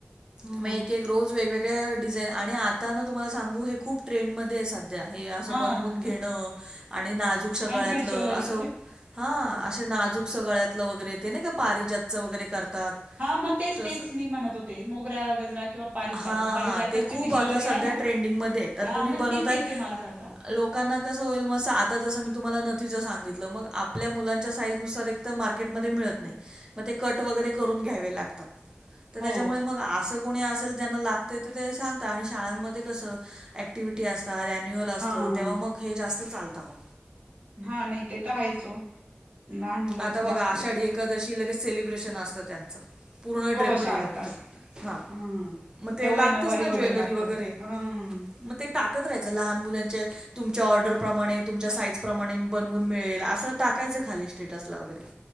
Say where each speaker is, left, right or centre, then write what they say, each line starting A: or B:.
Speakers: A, on the right; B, on the right.
A: ह
B: मग एक एक रोज वेगवेगळ्या डिझाईन आणि आता ना तुम्हाला सांगू हे खूप ट्रेंडमध्ये आहे स ध्या हे असं
A: हा
B: बनवून घेणं आणि नाजूक सगळ्यातलं
A: हँडमेड ज्वेलरी
B: अस हा, असे नाजूकस गळ्यातलं वगैरे ते नाही का पारिजातचं वगैरे करतात
A: हा मग तेच
B: तसं.
A: तेच मी म्हणत होते मोगरा गजरा किंवा पारिजा
B: हां,
A: पारिजातकची
B: हां. ते खूप
A: ती ज्वेलरी
B: आता सध्या
A: आहे ना
B: ट्रेंडिंगमध्ये आहे. तर
A: हा
B: तुम्ही
A: मग
B: बनवताय
A: तीच येते मला करता.
B: लोकांना कसं होईल मग आता जसं मी तुम्हाला नथीच सांगितलं मग आपल्या मुलांच्या साईजनुसार एक एकतर मार्केटमध्ये मिळत नाही मग ते कट वगैरे करून घ्यावे लागतात त तर
A: हो
B: त्याच्यामुळे मग असं कोणी असेल ज्यांना लागतंय तर ते सांगतात आणि शाळांमध्ये कसं ऍक ॲक्टिव्हिटी असतात, ॲन्युअल असतं
A: हा
B: तेव्हा मग हे जास्त चालतात.
A: हा नाही ते तर हायच ओ लहान मुलांच
B: आता बघा
A: जास्त
B: आषाढी एकादशी लगेच सेलिब्रेशन असतं त्यांचं, पूर्ण
A: हो
B: ड्रेपरी
A: शाळेत
B: लागते
A: अस
B: हा.
A: हम्म
B: म ते
A: तेव्हाही
B: लागतच
A: नऊवारी
B: ना
A: वगैरे
B: ज्वेलरी
A: लागतं
B: वगैरे,
A: हम्म
B: म ते टाकत राहायचं लहान मुलांचे तुमच्या ऑर्डर प्रमाणे, तुमच्या साईजप्रमाणे बनवून मिळेल, असं टाकायचं खाली स्टेटसला वगैरे.